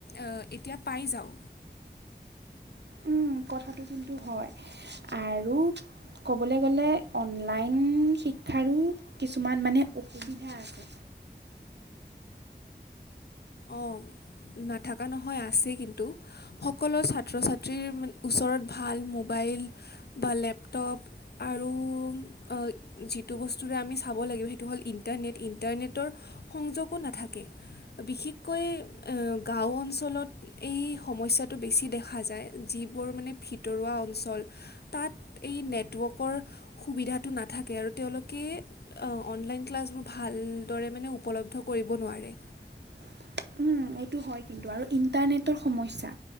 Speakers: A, on the left (about 70°); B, on the right (about 80°).
A: অ এতিয়া পায় যাওঁ।
B: উম কথাটো কিন্তু হয়, আৰু ক'বলে গলে অনলাইন শিক ক্ষাৰো কিছুমান মানে অসুবিধা আছে।
A: অহ। নাথকা নহয় আছেই কিন্তু, সকলো ছাত্ৰ ছাত্ৰীৰ মানে ওচৰত ভাল মোবাইল মোবাইল বা লেপটপ আৰু অ যিটো বস্তুৰে আমি চাব লাগে সেইটো হ'ল ইণ্টাৰনেট, ইণ্টাৰনেটৰ সংযোগো নাথাকে বিশেষ কৈ গাঁও অঞ্চলত এই সমস্যাটো বেছি দেখা যায় যিবোৰ মানে ভিতৰুৱা অঞ্চল তাত এই নেটৱৰ্কৰ সুবিধাটো নাথাকে আৰু তেওঁলোকে কে অঁ অনলাইন ক্লাছবোৰ ভালদৰে মানে উপলব্ধ কৰিব নোৱাৰে।
B: <inaudible> এইটো হয় কিন্তু আৰু ইণ্টাৰনেটৰ সমস্যা,